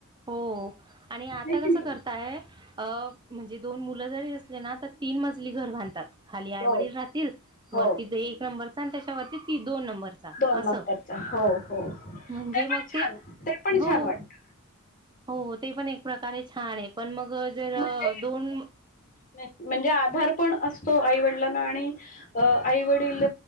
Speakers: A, on the right; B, on the left.
A: हो, आणि
B: नाही
A: आता
B: की
A: कसं
B: नाही
A: करताय अ म्हणजे दोन मुलं जरी असले ना, तर तीन मजली घर बांधतात. खाली आई,
B: हो
A: वडील राहतील. वरती
B: हो
A: <unintelligible> एक नंबरचा आणि त्याच्यावरती ती दोन नंबर
B: दोन
A: असं
B: नंबरचा हो हो
A: म्हणजे,
B: पण
A: मग
B: छान
A: ते
B: ते पण
A: हो.
B: छान वाटत
A: हो ते पण एक प्रकारे छान! आहे. पण मग जर
B: म्हणजे
A: दोन
B: म्हणजे आधार पण असतो, आई वडिलांना आणि आई वडील